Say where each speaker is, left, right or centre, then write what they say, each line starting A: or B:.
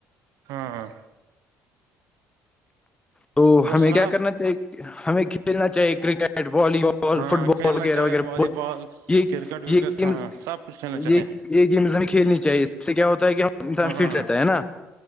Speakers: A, on the right (about 70°); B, on the left (about 20°).
A: ہاں ہاں
B: تو
A: اور
B: ہمیں
A: سناؤ
B: کیا کرنا چاہیے ہمیں کھیلنا چاہیے کرکٹ والی بال
A: ہاں
B: فٹ بال
A: کھیلنا
B: بال وغیرہ
A: چاہے
B: وغیرہ
A: والی بال
B: یہ
A: کرکٹ ورکٹ
B: یہ گیمز
A: ہاں سب کچھ کھیلنا چاہیے
B: یہ یہ گیمز ہمیں کھیلنی چاہیے اس سے کیا ہوتا ہے کہ انسان
A: ہاں
B: فٹ رہتا ہے نا